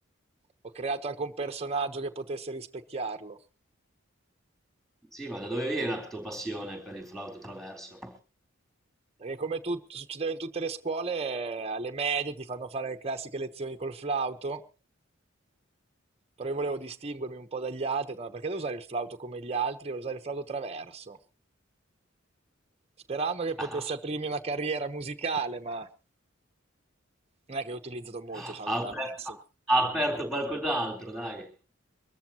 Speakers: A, on the right; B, in the centre.
A: ho creato anche un personaggio che potesse rispecchiarlo.
B: Sì, ma da dove viene la tua passione per il flauto traverso?
A: Perché come tu- succedeva in tutte le scuole, eh, alle medie ti fanno fare le classiche lezioni col flauto, però io volevo distinguermi un po' dagli altri, no, perché devo usare il flauto come gli altri, devo usare il flauto traverso. Sperando che potesse
B: <laughs>
A: aprirmi una carriera musicale, ma non è che ho utilizzato molto
B: Ha
A: i
B: aper-
A: traversi.
B: ha aperto qualcos'altro, dai,